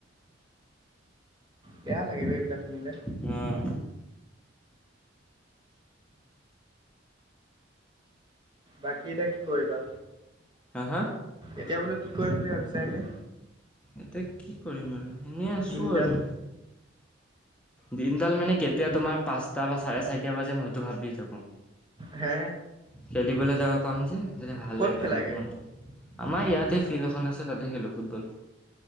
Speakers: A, on the right; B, in the centre.
A: বেয়া লাগে এইবিলাক শুনিলে
B: অ',
A: বাকী, এতিটা কি কৰিবা
B: হা, হা
A: এতিয়া বোলো কি কৰিম বুলি ভাবিছা এনে
B: এতিয়া কি কৰিম, আৰু এনেই আছো
A: দিনডাল
B: আৰু দিনডাল মানে, কেতিয়া তোমাৰ পাঁচটা বা চাৰে চাৰিটা বাজে মইতো ভাবি থাকো
A: হে
B: খেলিবলৈ যাব পাম যে, তেতিয়া ভাল
A: ক'ত
B: লাগে
A: খেলাগে
B: অলপ মনটো আমাৰ ইয়াতে ফিল্ড এখন আছে, তাতে খেলো ফুটবল